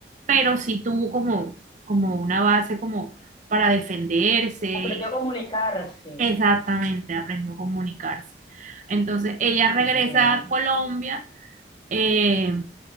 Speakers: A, on the right; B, on the left.
A: pero sí tuvo como, como una base como para defenderse.
B: Aprendió a comunicarse.
A: Exactamente, aprendió a comunicarse. Entonces ella
B: No,
A: regresa
B: genial,
A: a Colombia, eh,